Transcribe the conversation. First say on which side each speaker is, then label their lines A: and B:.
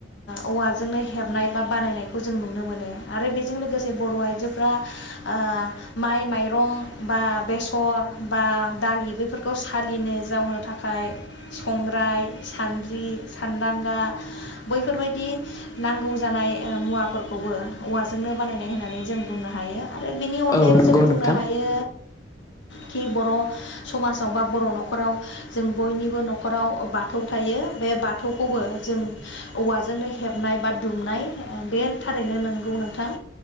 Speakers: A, on the left (about 70°); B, on the left (about 20°).
A: औवाजोंनो हेबनाय बा बानायनायखौ जों नुनो मोनो। आरो बेजों लोगोसे बर' आइजोफ्रा ओ माइ माइरं बा बेसर बा दालि बेफोरखौ सालिनो जावनो थाखाय संग्राय सान्द्रि सान्दांगा बैफोरबायदि नांगौ जानाय ओ मुवाफोरखौबो औवाजोंनो बानायनाय होननानै जों बुंनो हायो आरो बेनि अनगायैबो
B: औ नंगौ
A: जों बुंनो
B: नोंथां
A: हायो खि बर' समाजाव बा बर' नखराव जों बयनिबो नखराव बाथौ थायो बे बाथौखौबो जों औवाजोंनो हेबनाय बा दुमनाय ओ बे थारैनो नों गौ नोंथां।